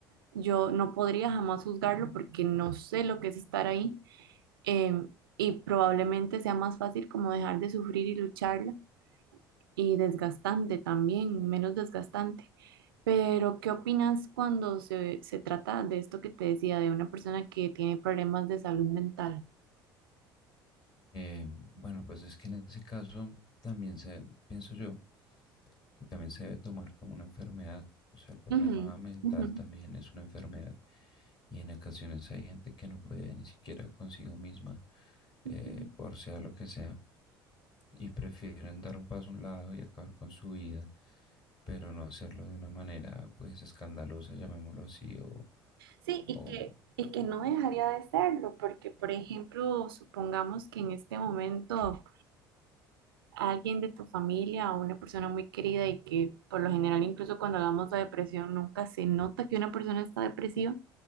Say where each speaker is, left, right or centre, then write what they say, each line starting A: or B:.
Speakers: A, on the right; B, on the left.
A: yo no podría jamás juzgarlo porque no sé lo que es estar ahí em, y probablemente sea más fácil como dejar de sufrir y lucharla y desgastante también, menos desgastante. Pero, ¿qué opinas cuando se, se trata de esto que te decía, de una persona que tiene problemas de salud mental?
B: eh, bueno, pues es que en ese caso también se, pienso yo, que también se debe tomar como una enfermedad. O sea, el problema
A: Ujú,
B: mental
A: ujú,
B: también es una enfermedad Y en ocasiones hay gente que no puede ni siquiera consigo misma, eh,
A: ujú.
B: por sea lo que sea, y prefieren dar un paso a un lado y acabar con su vida, pero no hacerlo de una manera pues escandalosa, llamémoslo así, o,
A: Sí,
B: o
A: y que, y que no dejaría de serlo, porque, por ejemplo, supongamos que en este momento alguien de tu familia o una persona muy querida y que por lo general incluso cuando hablamos de depresión nunca se nota que una persona está depresiva,